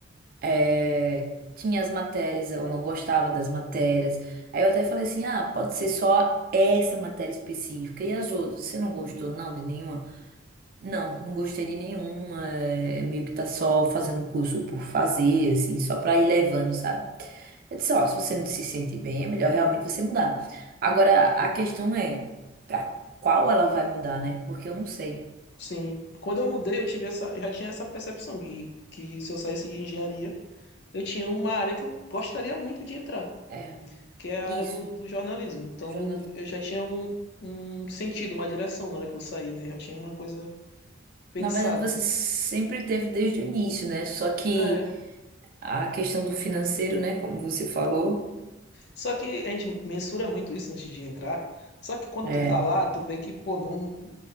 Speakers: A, on the right; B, on the left.
A: É, tinha as matérias, ela não gostava das matérias. Aí eu até falei assim: ah, pode ser só essa matéria específica e as outras. Você não gostou, não, de nenhuma? Não, não gostei de nenhuma. é, meio que tá só fazendo curso por fazer, assim, só pra ir levando, sabe? Eu disse, ó, se você não se sente bem, é melhor realmente você mudar. Agora, a questão é pra qual ela vai mudar, né? Porque eu não sei.
B: Sim. Quando eu mudei, eu tive essa, eu já tinha essa percepção de que se eu saísse de engenharia, eu tinha uma área que eu gostaria muito de entrar,
A: É,
B: que é a
A: isso,
B: área do, do jornalismo. Então,
A: jornalismo.
B: eu já tinha um, um sentido, uma direção na hora que eu saí, né? Eu já tinha uma coisa pensada.
A: Na verdade, você sempre teve desde o início, né? Só que
B: É.
A: a questão do financeiro, né? Como você falou,
B: Só que a gente mensura muito isso antes de entrar. Só que quando
A: é,
B: tu tá lá, tu vê que, pô, não,